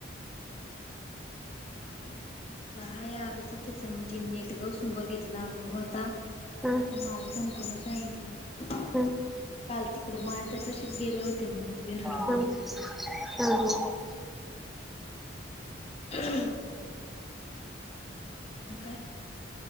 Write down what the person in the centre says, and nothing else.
हा.
हम्म
हम्म हम्म हम्म